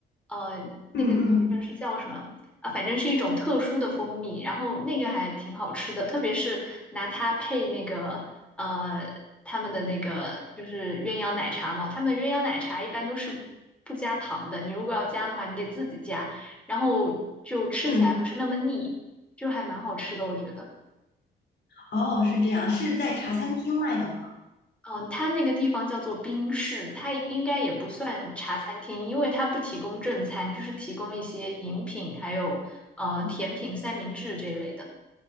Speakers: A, in the centre; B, on the left.
A: 呃，那个那个是叫什么啊？
B: 嗯嗯。
A: 反正是一种特殊的蜂蜜，然后那个还挺好吃的，特别是拿它配那个呃他们的那个就是鸳鸯奶茶嘛，他们鸳鸯奶茶一般都是不加糖的，你如果要加的话，你得自己加，然后就吃起来不是那么腻，
B: 嗯，
A: 就还蛮好吃的，我觉得。
B: 哦，是这样，是在茶餐厅卖的吗？
A: 嗯，它那个地方叫做冰室，它应该也不算茶餐厅，因为它不提供正餐，就是提供一些饮品，还有呃甜品、
B: 哦，
A: 三明治这一类的。